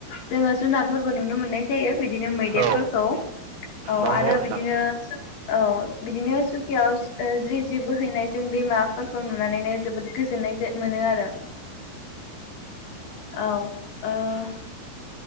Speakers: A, on the left; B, on the right.
A: जोङो जुनारफोरबो नुनो मोननाय जायो बिदिनो मैदेरफोरखौ
B: औ
A: औ
B: नंगौ
A: आरो
B: नोंथां नंगौ नोंथां
A: बिदिनो औ बिदिनो सुखियाव ओ जि जि बोहैनाय जों दैमाफोरखौ नुनानैनो जोबोद गोजोन्नाय जे मोनो आरो औ ओ <inaudible>